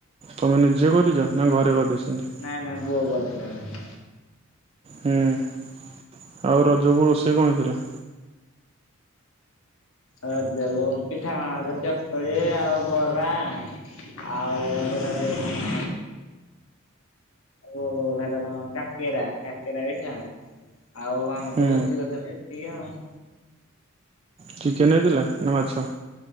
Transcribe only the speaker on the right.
ତମେ ନିଜେ କରିଚ ନା ଘରେ କରିଦେଇଚନ୍ତି,
ହୁଁ ଆଉ ରଜକୁ ରୋଷେଇ କଁ ହେଇଥିଲା?
ହୁଁ
ଚିକେନ୍ ହେଇଥିଲା ନା ମାଛ?